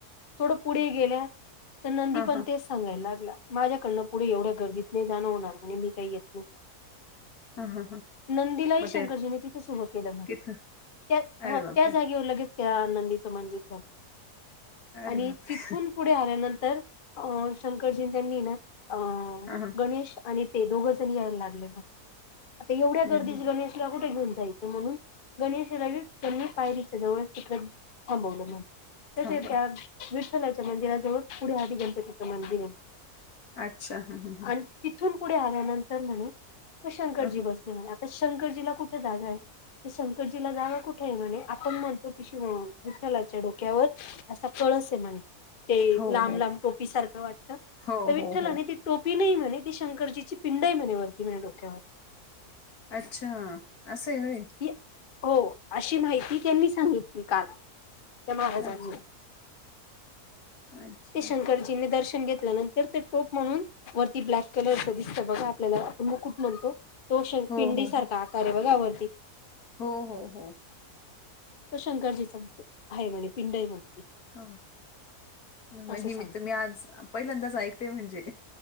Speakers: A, on the left (about 40°); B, on the left (about 75°).
A: थोड पुढे गेल्या तर नंदी
B: हा
A: पण
B: हा
A: तेच सांगाय लागला माझ्याकडनं पुढे एवढ्या गर्दीत नाही जाणं होणार म्हणे मी काही येत नाही
B: हा हा हा
A: नंदीलाही
B: मग
A: शंकरजीनी
B: ते
A: तिथंच उभ केलं म्हणे
B: तिथं
A: त्या
B: अरे
A: हो त्या
B: बापरे
A: जागेवर लगेच त्या नंदीच मंदिर झालं
B: अरे
A: आणि
B: बापरे
A: तिथून पुढे आल्यानंतर अ शंकरजीं अन् त्यांनी ना अ
B: हा हा
A: गणेश आणि ते दोघं जण यायला लागले मग आता एवढ्या
B: हम्म
A: गर्दीच
B: हम्म
A: गणेशला कुठे घेऊन जायचं म्हणून गणेशाला त्यांनी पायरीच्या जवळच तिकंडेच थांबवलं म्हणे
B: थांबा
A: तशे त्या विठ्ठलाच्या मंदिराजवळ पुढे आधी गणपतीचं मंदिर आहे
B: अच्छा हं हं हं
A: आणि तिथून पुढे आल्यानंतर म्हणे मग शंकरजी
B: हा हा
A: बसले म्हणे आता शंकरजीला कुठ जागा आहे तर शंकरजीला जागा कुठ आहे म्हणे आपण म्हणतो की शिव विठ्ठलाच्या डोक्यावर असा कळस आहे म्हणे ते
B: हो
A: लांब
B: हो
A: लांब टोपी सारखं वाटत
B: हो
A: तर विठ्ठलाने
B: हो हो
A: ती टोपी नाही म्हणे ती शंकरजीची पिंड आहे म्हणे वरती म्हणे डोक्यावर
B: अच्छा अस आहे होय
A: ही हो अशी माहिती त्यांनी सांगितली काल त्या महाराजांनी
B: अच्छा, अच्छा.
A: ते शंकरजीनी दर्शन घेतल्यानंतर ते टोप म्हणून वरती ब्लॅ कलरच
B: हां.
A: दिसत बघा आपल्याला मुकुट म्हणतो तो शंक
B: हो,
A: पिंडी
B: हो, हो.
A: सारखा आकार आहे बघा वरती
B: हो हो हो
A: तो शंकरजीचा मुकुट आहे म्हणे पिंड आहे म्हणे ती
B: हो म
A: असं
B: हे
A: सांग
B: मि तर मी आज पहिल्यांदाच ऐकते म्हणजे